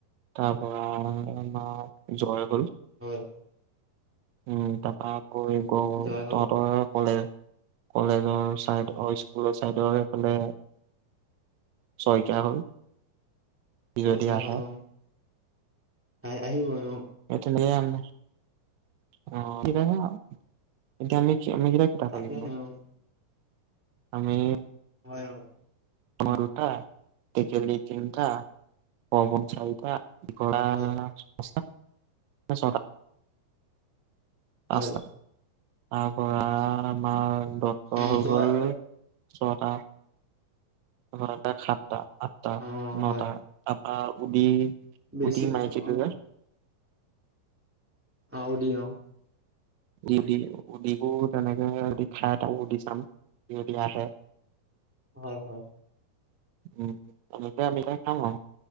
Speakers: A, on the right; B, in the centre.
A: তাৰ পৰা আমাৰ জয় হ'ল।
B: হয়।
A: উম, তাৰপৰা আকৌ গৈ
B: জয় হল
A: তহতৰ কলে-কলেজ জৰ চাইড অ' স্কুল আছে। ঠাইডৰ সেইফালে চইকীয়া হ'ল। সি
B: চইকীয়া
A: যদি আহে
B: হল হয়। হে আহিবই অ'।
A: এ আমি। <unintelligible> এতিয়া আমি মমি জিৰা কেইটা
B: তাকেহে
A: হয়
B: অ
A: আমি
B: হয়
A: আমা দুটা, তেকেলি তিনটা, পৱন চাইটা ঘলা
B: হয়
A: পাঁচটা না ছয়টা পাঁচটা
B: হয়
A: আ। পৰা আমাৰ দত্ত
B: অ
A: হৈ
B: জয়
A: গ'ল ছটা। তোমাৰ এটা সাতটা আঠটা,
B: অ
A: নটা,
B: হয়
A: তাপা উদি,
B: বেছি
A: উদি মাইকীটো
B: অ',
A: যে।
B: অ' উদি অ'।
A: উদি, উদি তেনেকে দি খাই এটাকো দি চাম। যদি আহে
B: হয়, হয়।
A: উ তেনেকে আমি আমি খাম আৰু